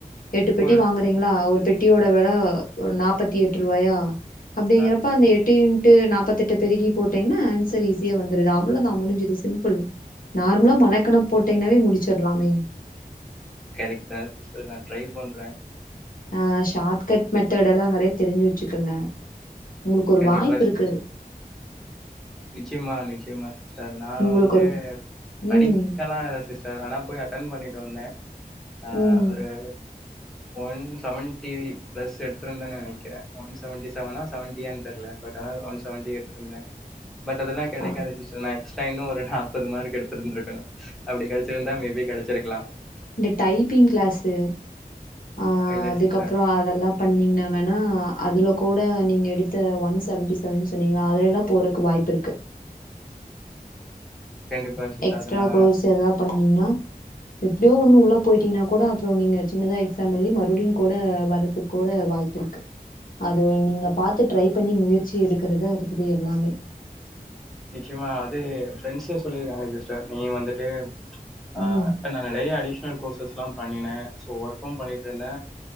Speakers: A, on the left; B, in the centre.
A: எட்டு பெட்டி
B: போல
A: வாங்குறீங்களா ஒரு. பெட்டியோட வெல ஒரு நாற்பத்தி எட்டு ரூபாயா. அப்படிங்கறப்ப
B: ஆ
A: அந்த எட். எட்டு இன்டு நாற்பத்தெட்டு பெருக்கி போட்டீங்கன்னா ஆன்சர் ஈஸியா வந்துடுது அவ்வளோ தான் முடிஞ்சுது சிம்பிள். நார்மலா மணக்கணக் போட்டீங்கன்னாவே முடிச்சிடலாமே.
B: கரைட் தான் சிஸ்டர் நான் ட்ரைப் பண்ற.
A: ஆஹ ஷார்ட் கட் மெத்தட் எல்லாம் நெறைய. தெரிஞ்சு வச்சுக்குங்க. உங்களுக்கு ஒரு
B: கண்டிப்பா
A: வாய்ப்பு
B: சிஸ்
A: இருக்கு.
B: நிச்சயமா நிச்சயமா சிஸ்டர் நான்
A: உங்களுக்கு
B: வந்துட்டு
A: ஒரு
B: படிக்கலாம்
A: ம்,
B: இல்ல சிஸ்டர் ஆனா போய் அட்டன் பண்ணிட்டு வந்தே ஆஹ
A: ம்.
B: ஒரு. ஒன் செவன்ட்டி பிளஸ் எடுத்திருந்தேன் நான் நினைக்கிறேன் ஒன் செவன்டி செவனா செவன்ட்டியான்னு தெரியல பட் ஆனா ஒன் செவன்டி எடுத்திருந்தேன். பட் அதெல்லா கிடைக்காது
A: ஆ
B: சி்ஸ்டர் நா எப். எக்ஸ்டைனோ இன்னு நாப்பது மார்க் எடுத்துருந்துருக்கனும். அப்படி கிடைச்சிருந்தா மேபி கிடைச்சிருக்கலாம்.
A: இந்த டைப்பிங் கிளாஸ்சு. அஹ
B: இல்ல
A: அதுக்கப்புறோ
B: சிஸ்டர்
A: அதெல்லாம் பண்ணீங்கன்னா வேணா. அதில் கூட நீங்கள் எடுத்த ஒன் செவன்டி செவன் சொன்னீங்களா அதுல்லாம். போறக்கு வாய்ப்பு இருக்கு
B: கண்டிப்பா சிஸ்டர்
A: எக்ஸ்ட்ரா
B: அது நா
A: கோர்ஸ் எதா பண்ணீங்னா எப்படியோ ஒன்னு உள்ள போயிட்டீன்னா கூட அப்புற நீங்க சின்னதா எக்ஸாம் எழுதி மறுபடியும் கூட வர்றது கூட வாய்ப்பு இருக்கு அது நீங்க பார்த்து ட்ரை பண்ணி முயற்சி எடுக்கறதா இருக்குது எல்லாமே
B: நிச்சயமா அது ஃப்ரெண்ட்ஸே சொல்லி இருக்காங்க சிஸ்டர் நீ வந்துட்டு ஆஹ்
A: ம்
B: இப்ப நாங்க நெறைய அடிஷ்னல் கோர்சஸ் பட்டம் தான் பண்ணினே சோ ஒர்க்கும் பண்ணிட்டு இருந்த